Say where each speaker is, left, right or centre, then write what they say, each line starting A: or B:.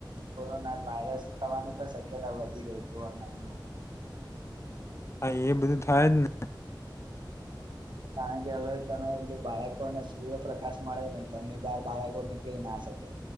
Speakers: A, on the right (about 70°); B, on the left (about 35°).
A: કોરોના વાયરસ થવાની પણ શક્યતા વધી ગઈ હતી ઓનલાઈનમાં
B: હા એ બધું થાય જ ને
A: કારણ કે હવે તમે જો બાળકોને સૂર્યપ્રકાશ મળે નહી ઘરની બાર બાળકો નીકળીના શકે